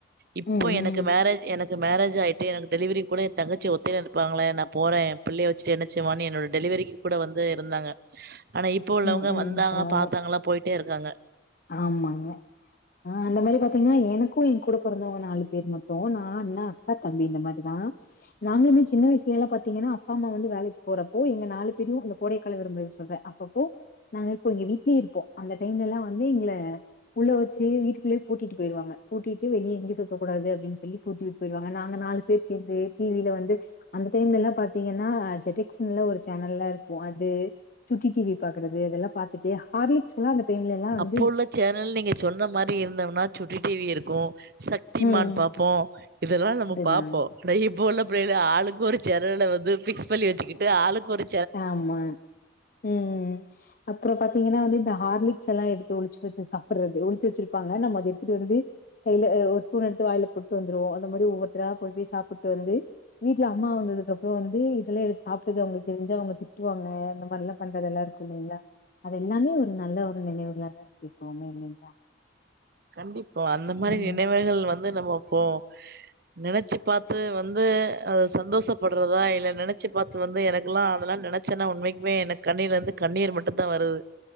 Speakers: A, on the right; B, on the left.
A: இப்போ
B: ம் ம்
A: எனக்கு மேரேஜ் எனக் கு மேரேஜ் ஆய்ட்டு எனக்கு டெலிவரிக்கூட எந்தங்கச்சி ஒத்தைல நிப்பாங்களே நா போறே எம்பிள்ளைய வெச்சுட்டு என்ன செய்வான் என்னோட டெலிவரிக்கு கூட வந்து இருந்தாங்க ஆனா இப்ப உள்ளவங்க
B: ம் ம்
A: வந்தாங்க
B: பரவால்ல
A: பாத்தாங்களா போய்ட்டே இருக்காங்க
B: ஆமாங்க ஆ அந்த மாரி பாத்தீங்ன்னா எனக்கு எங்கூட பொறந்தவ்ங்க நாலு பேர் மொத்தோ நா, அண்ண, அக்கா, தம்பி இந்த மாரிதா நாங்களுமே சின்ன வய்சுலேல்லா பாத்தீங்கன்னா அப்பா அம்மா வந்து வேலைக்கு போறப்போ எங்க நாலு பேர்யு அந்த கோடைக்கால விடுமுறைல சொல்றே அப் பப்போ நாங்க இருப்போ எங்க வீட்லே இருப்போ அந்த டைம்லல்லா வந்து எங்கள உள்ள வச்சு வீட்டுக்குள்ளயே பூட்டிட்டு போய்ருவாங்க பூட்டிட்டு வெளிய எங்கயு சுத்தக்கூடாது அப்டின் சொல்லி பூட்டி வுட் போய்ருவாங்க நாங்க நாலு பேர் சேந்து டி வி ல வந்து அந்த டைம்லல்லா பாத்தீங்கன்னா ஜெட்டக்ஸ்னுல்லா ஒரு சேனல்லா இருக்கு அது சுட்டி டி வி பாக்கறது அதெல்லா பாத்துட்டு ஹார்லிக்ஸ் எல்லா அந்த டைம்லா எல்லா வந்
A: இப்போ உள்ள சேனல் நீங்க சொன்ன மாரி இருந்தம்னா சுட்ட டி வி இருக்கு சக்திமான்
B: ம்.
A: பாப் போ இதெல்லா நம்ம
B: அதுதான்
A: பாப்போ அட இப்ப உள்ள பிள்ளைகலா ஆளுக்கு ஒரு சேனல வந்து ஃபிக்ஸ் பண்ணி வெச்சுக்கிட்டு ஆளுக்கொரு
B: ஆமா ம் ம் அப்றோ பாத்தீங்கன்னா வந்து இந்த ஹார்லிக்ஸ் எல்லா எடுத்து ஒளிச்சு வெச்சு சாப்பட்றது ஒளிச்சு வெச்சிருப்பாங்க நம்ம அத எடுத்துட்டு வந்து கைல ஒரு ஸ்பூன் எடுத்து வாய்ல போட்டு வந்துருவோ அந்த மாரி ஒவ்வொர்த்தரா போய் போய் சாப்புட்டு வந்து வீட்ல அம்மா வந்ததுக்கப்றோ வந்து இதெல்லா எடுத் சாப்ட்டது அவுங்கள்க் தெரிஞ்சா அவேங்க திட்டுவாங்க அந்த மாரி எனனல்லா பண்றதெல்லா இருக்கு இல்லிங்ளா அதெல்லாமே ஒரு நல்ல ஒரு நினைவுகளாதா இருக்கு எப்பவுமே இல்லீங்ளா
A: கண்டிப்பா அந்த மாரி
B: ம்
A: நினைவுகள் வந்து நம்ம இப்போ நினச்சு பாத்து வந்து அத சந்தோஷப்படுறதா இல்ல நினச்சு பாத்து வந்து எனக்குலா அதெல்லா நினச் சன்னா உண்மைக்குமே எனக் கண்ணிலந்து கண்ணீர் மட்டுந்தா வருது